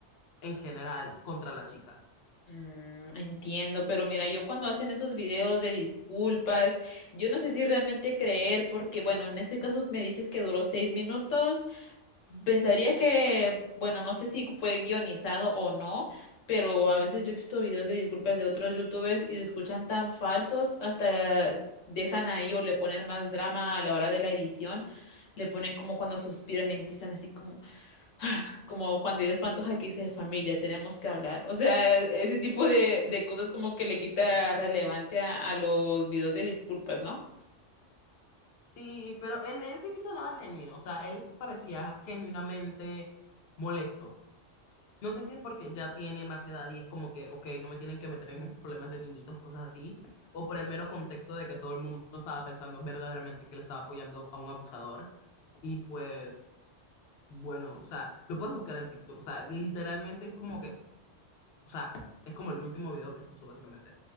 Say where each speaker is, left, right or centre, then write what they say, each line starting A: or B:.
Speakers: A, on the left; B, on the left.
A: en general contra la chica.
B: Mm, entiendo, pero mira, yo cuando hacen esos videos de disculpas, yo no sé si realmente creer, porque bueno, en este caso me dices que duró seis minutos, pensaría que, bueno, no sé si fue guionizado o no, pero a veces yo he visto videos de disculpas de otros youtubers y se escuchan tan falsos, hasta s- dejan ahí o le ponen más drama a la hora de la edición, le ponen como cuando suspiran y empiezan así como... <laughs> como Juan de Dios Pantoja que dice familia, tenemos que hablar. O sea, ese tipo de, de cosas como que le quita relevancia a los videos de disculpas, ¿no?
A: Sí, pero el de él sí sonaba genuino. O sea, él parecía genuinamente molesto. No sé si es porque ya tiene más edad y es como que, ok, no me tienen que meter
B: Ujú.
A: en estos problemas de niñitos, cosas así, o por el mero contexto de que todo el mundo estaba pensando verdaderamente que le estaba apoyando a un abusador. Y pues, bueno, o sea, lo puedes buscar en TikTok, o sea, literalmente es como que, o sea, es como el último video que puso básicamente.